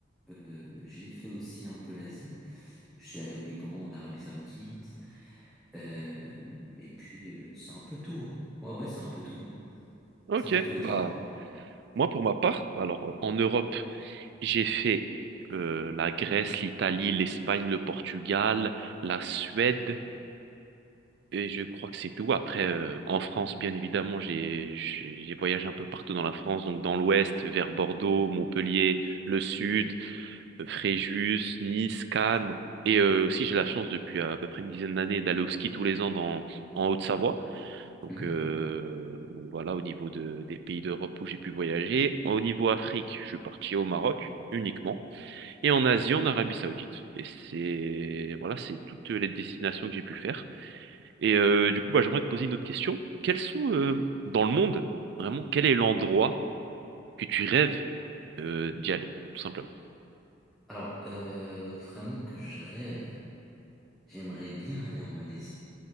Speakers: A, in the centre; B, on the right (about 60°).
A: Euh, j'ai fait aussi un peu l'Asie. Je suis allé au Liban, en Arabie Saoudite, Euh, et puis euh, c'est un peu tout, hein. Ouais, ouais, c'est un peu tout.
B: ok.
A: C'est un peu tout. Et
B: Bah,
A: toi?
B: moi, pour ma part, bah alors, en Europe. J'ai fait euh, la Grèce, l'Italie, l'Espagne, le Portugal, la Suède, et je crois que c'est tout. Après, euh, en France, bien évidemment, j'ai j'ai j'ai voyagé un peu partout dans la France, donc dans l'ouest, vers Bordeaux, Montpellier, le sud, euh, Fréjus, Nice, Cannes. Et euh, aussi, j'ai la chance depuis à peu près une dizaine d'années d'aller au ski tous les ans dans, en Haute-Savoie. Donc,
A: Mhm.
B: euh, donc voilà, au niveau de, des pays d'Europe où j'ai pu voyager. Au niveau Afrique, je suis parti au Maroc uniquement et en Asie, en Arabie Saoudite. Et c'est voilà, c'est toutes les destinations que j'ai pu faire. Et euh, du coup, bah, j'aimerais te poser une autre question. Quels sont euh, dans le monde, vraiment, quel est l'endroit que tu rêves euh, d'y aller, tout simplement?
A: Alors, euh, vraiment que je rêve. J'aimerais bien aller en Malaisie.